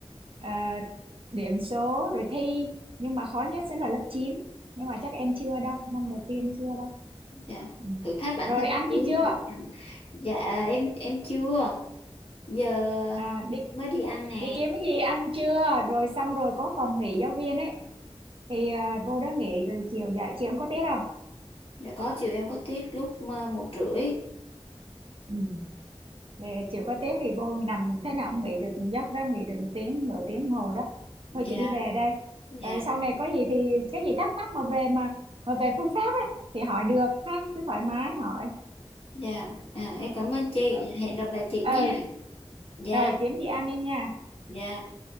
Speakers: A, on the right; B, on the left.
A: ờ, ờ, điểm số rồi thi nhưng mà khó nhất sẽ là lớp chín nhưng mà chắc em chưa đâu năm đầu tiên chưa đâu
B: dạ
A: ừ.
B: thử thách bản
A: rồi
B: thân
A: ăn
B: xíu
A: gì chưa
B: dạ em em chưa giờ
A: à, đi
B: mới đi ăn nè
A: đi kiếm cái gì ăn chưa rồi xong rồi có phòng nghỉ giáo viên ấy thì à, vô đó nghỉ rồi chiều dạy chị em có tiết không
B: dạ có chiều em có tiết lúc ờ, một rưỡi
A: ừ. Để chiều có tiết thì vô nằm thế nào cũng nghỉ được giấc đó nghỉ được tiếng nửa tiếng hồ đó
B: dạ
A: thôi chị đi về đây
B: dạ
A: Ờ, sau này có gì thì cái gì thắc mắc mà về mà mà về phương pháp á thì hỏi được ha cứ thoải mái hỏi
B: dạ à, em cảm ơn chị
A: ừ
B: Dạ, hẹn gặp lại chị
A: ờ
B: nha dạ
A: ờ, kiếm gì ăn đi nha
B: dạ